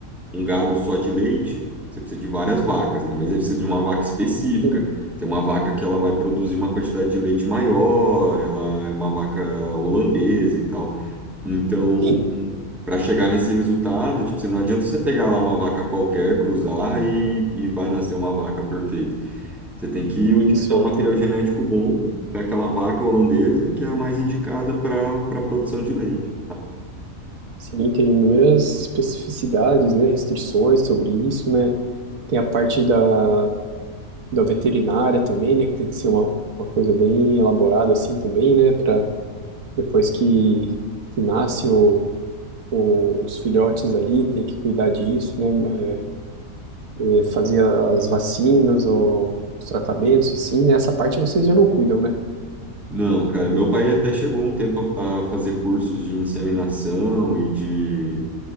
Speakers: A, in the centre; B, on the right.
A: um gado só de leite, você precisa de várias vacas, né? Mas você precisa de uma vaca específica.
B: Sim,
A: Tem uma vaca que ela vai produzir uma quantidade de leite maior, ela é uma vaca holandesa e tal. Então,
B: sim.
A: para chegar nesse resultado, tipo, você não adianta você pegar lá uma vaca qualquer, cruzar e, e vai nascer uma vaca perfeita. Você tem que
B: Isso
A: utilizar
B: é,
A: um material
B: tem,
A: genético bom daquela vaca holandesa que é a mais indicada para para produção de leite.
B: sim, tem inúmeras especificidades, né, restrições sobre isso, né? Tem a parte da da veterinária também, né? Que tem que ser uma, uma coisa bem elaborada assim também, né? Para depois que, que nasce o, o- os filhotes ali, tem que cuidar disso, né? é, é, fazer as vacinas ou os tratamentos assim, né? Essa parte vocês já não cuidam, né?
A: Não, cara, meu pai até chegou um tempo a, a fazer cursos de inseminação e de